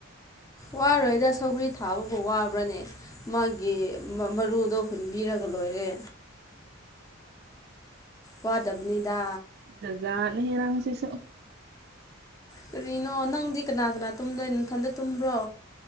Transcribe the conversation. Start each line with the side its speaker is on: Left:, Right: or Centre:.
Left: ꯋꯥꯔꯣꯏꯗ ꯁꯧꯒ꯭ꯔꯤ ꯊꯥꯕꯕꯨ ꯋꯥꯕ꯭ꯔꯥꯅꯦ ꯃꯥꯒꯤ ꯃ ꯃꯔꯨꯗꯣ ꯍꯨꯟꯕꯤꯔꯒ ꯂꯣꯏꯔꯦ ꯋꯥꯗꯕꯅꯤꯗ
Right: ꯖꯥꯠ ꯖꯥꯠ ꯅꯤꯍꯦ ꯅꯪꯁꯤꯁꯨ
Left: ꯀꯔꯤꯅꯣ ꯅꯪꯗꯤ ꯀꯅꯥ ꯀꯅꯥ ꯇꯨꯝꯗꯣꯏ ꯅꯊꯟꯇ ꯇꯨꯝꯕ꯭ꯔꯣ